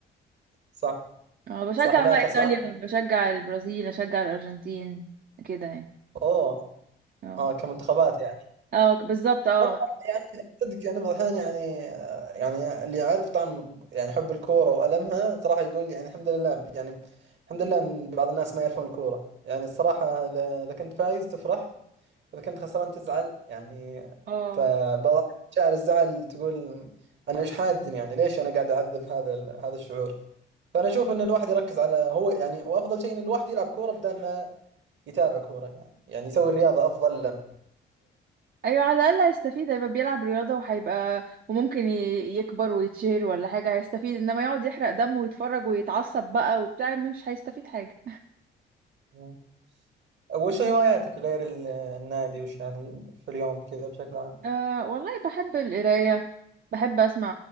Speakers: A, on the right (about 65°); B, on the right (about 50°).
A: صح
B: اه بشجع
A: صح لا
B: بقى
A: كأس
B: ايطاليا
A: العالم
B: بشجع البرازيل اشجع الارجنتين كده يعني
A: أوه
B: اه
A: آه كمنتخبات يعني
B: اه بالظبط اه
A: والله يعني صدق انا بعض الاحيان يعني يعني اللي عارف طعم يعني حب الكوره والمها صراحه يقول يعني الحمد لله يعني الحمد لله ان بعض الناس ما يعرفون الكوره يعني صراحه اذا اذا كنت فايز تفرح اذا كنت خسران تزعل يعني
B: اه
A: فبعض شاعر الزعل تقول انا ايش حادني يعني ليش انا قاعد اعذب هذا ال- هذا الشعور فانا اشوف ان الواحد يركز على هو يعني وافضل شيء ان الواحد يلعب كوره بدل ما يتابع كوره يعني يعني يسوي الرياضه افضل له
B: ايوه على الاقل هيستفيد هيبقى بيلعب رياضه وهيبقى وممكن ي- يكبر ويتشهر ولا حاجه هيستفيد انما يقعد يحرق دم ويتفرج ويتعصب بقى وبتاع مش هيستفيد حاجه
A: ايه وش هواياتك غير ال- النادي وش يعني في اليوم كذا بشكل عام
B: أه والله بحب القرايه بحب اسمع